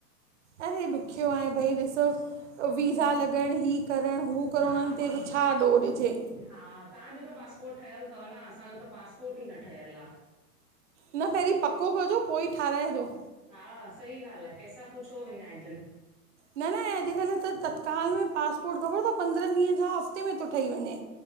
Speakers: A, on the right; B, in the centre.
A: अरे! ॾुख्यो आहे, भई ॾिसो वीज़ा लॻण ही करण, हू करण,
B: हा
A: उन्हन ते
B: हा
A: बि छा ॾोह ॾिजे।
B: हा, तहांजो त पासपोर्ट ठयल तव न, असांजो त पासपोर्ट ई न ठयल आ।
A: न पहिरीं पको कजो, पोइ ई ठायराइजो।
B: हा, सही ॻाल्ह आहे, पैसा पो छो विञाइजन।
A: न न, अॼकल त तत्काल में पासपोर्ट, खबर थव पंद्रहंन ॾींहन जा हफ़्ते में थो ठही वञे।